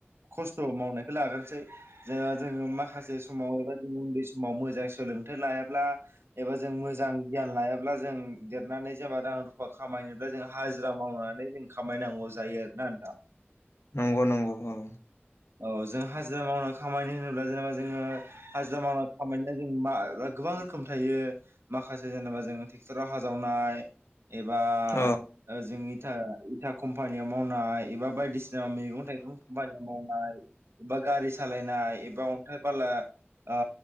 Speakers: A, on the right; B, on the left.
A: खस्थ' मावनायखौ लाग्रोसै जोंहा जोङो माखासे समाव एबा जों उन्दै समाव मोजां सोलों थाइ लायाब्ला एबा जों मोजां गियान लायाब्ला जों देरनानै जेबा रां रुफा खामायनो दा जों हाजिरा मावनानै जों खामायनांगौ जायो आरोना नोंथां।
B: नंगौ नंगौ औ।
A: औ जों हाजिरा मावना खामायनो होनोब्ला जेनेबा जोङो हाजिरा मावना खामायनाया जों मा ओ गोबां रोखोम थायो माखासे जेनेबा जों ट्रेक्टराव हा जावनाय एबा
B: औ
A: ओ जों इथा इथा कम्पानियाव मावनाय एबा बायदिसिना मैगं थाइगं कम्पानियाव माव नाय एबा गारि सालायनाय एबा अन्थाइ बाला ओ